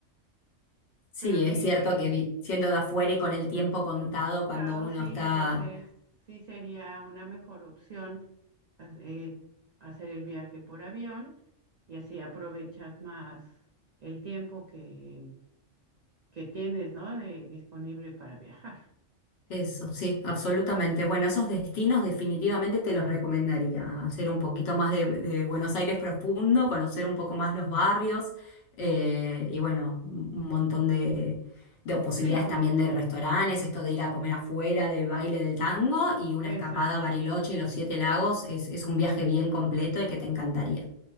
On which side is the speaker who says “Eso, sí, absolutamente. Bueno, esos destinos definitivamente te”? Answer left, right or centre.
Left